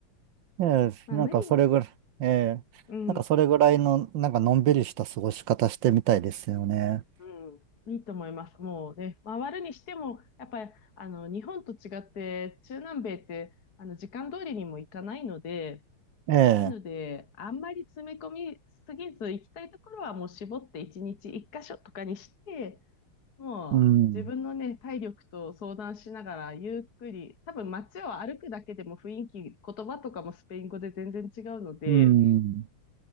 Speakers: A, on the right; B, on the left.
A: ええ、
B: <laughs> まあ無理ね。
A: なんかそれぐらい、ええ、
B: うん、
A: なんかそれぐらいの、なんかのんびりした過ごし方してみたいですよね。
B: うん。いいと思います。もうね、回るにしても、やっぱり、あの、日本と違って、中南米って、あの、時間通りにも行かないので、
A: ええ。
B: なので、あんまり詰め込みすぎず、行きたいところはもう絞って1日1箇所とかにして、もう自分のね、
A: うん。
B: 体力と相談しながらゆっくり、多分街を歩くだけでも雰囲気、言葉とかもスペイン語で全然違うので、
A: うん。